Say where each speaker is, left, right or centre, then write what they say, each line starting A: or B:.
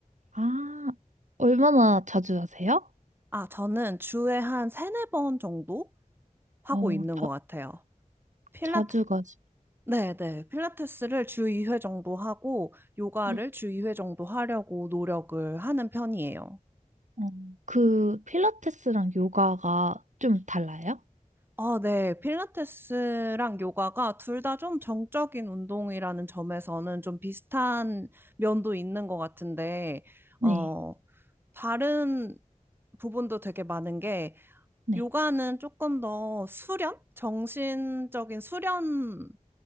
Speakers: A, on the right; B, on the right.
A: 아, 얼마나 자주 하세요?
B: 아, 저는 주에 한 세네 번 정도 하고
A: 어,
B: 있는
A: 자,
B: 것 같아요. 필라테,
A: 자주 가시.
B: 네, 네. 필라테스를 주 2회 정도 하고 요가를
A: 네.
B: 주 2회 정도 하려고 노력을 하는 편이에요.
A: 어, 그 필라테스랑 요가가 좀 달라요?
B: 아, 네. 필라테스랑 요가가 둘 다 좀 정적인 운동이라는 점에서는 좀 비슷한 면도 있는 것 같은데,
A: 네.
B: 어, 다른 부분도 되게 많은 게,
A: 네.
B: 요가는 조금 더 수련? 정신적인 수련의